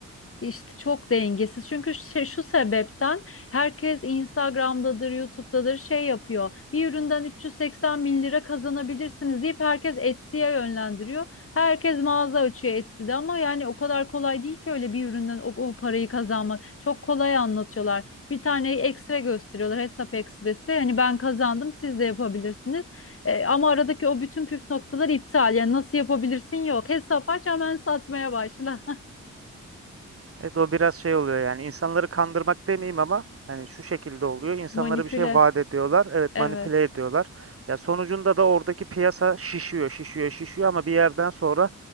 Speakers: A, on the left; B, on the right.
A: İşte çok dengesiz. Çünkü şey- şu sebepten herkes Instagram'dadır, YouTube'dadır şey yapıyor. Bir üründen 380 bin lira kazanabilirsiniz deyip herkes Etsy'ye yönlendiriyor. Herkes mağaza açıyor Etsy'de ama yani o kadar kolay değil ki öyle bir üründen o, o parayı kazanmak. Çok kolay anlatıyorlar. Bir tane ekstra gösteriyorlar hesap ekstresi. Hani ben kazandım siz de yapabilirsiniz. E, ama aradaki o bütün püf noktalar iptal. Yani nasıl yapabilirsin yok. Hesap aç hemen satmaya başla.
B: Evet o biraz şey oluyor yani insanları kandırmak demeyeyim ama hani şu şekilde oluyor.
A: <laughs>
B: İnsanlara
A: Manipüle.
B: bir şey vaat ediyorlar. Evet
A: Evet.
B: manipüle ediyorlar. Ya sonucunda da oradaki piyasa şişiyor, şişiyor, şişiyor ama bir yerden sonra